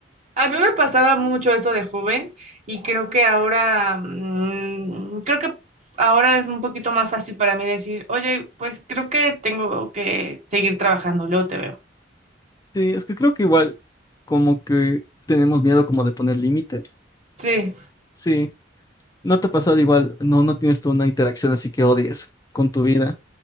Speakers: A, on the right; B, on the left.
A: A mí me pasaba mucho eso de joven y creo que ahora, mm, creo que ahora es un poquito más fácil para mí decir, oye, pues creo que tengo que seguir trabajando, luego te veo.
B: Sí, es que creo que igual como que tenemos miedo como de poner límites.
A: Sí.
B: Sí, ¿No te ha pasado igual? No, no tienes tú una interacción así que odies con tu vida.